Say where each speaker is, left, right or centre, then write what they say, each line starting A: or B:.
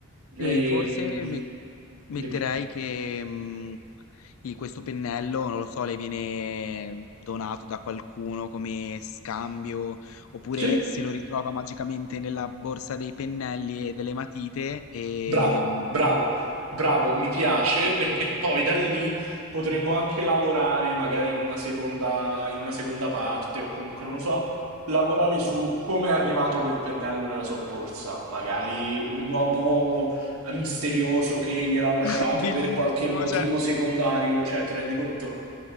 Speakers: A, on the left; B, on the right.
A: E
B: Ehm,
A: forse met- metterei
B: dimmi.
A: che mh, il- questo pennello, non lo so, le viene donato da qualcuno come scambio, oppure
B: Sì?
A: se lo ritrova magicamente nella borsa dei pennelli e delle matite e,
B: Bravo,
A: mh,
B: bravo, bravo, mi piace perché poi da lì potremmo anche lavorare magari in una seconda, in una seconda parte o comunque non lo so, lavorare su come è arrivato quel pennello nella sua borsa, magari un uomo misterioso che gliel'ha lasciato
A: <laughs> Bellissimo,
B: per qualche motivo
A: cioè,
B: secondario, cioè ti rendi conto?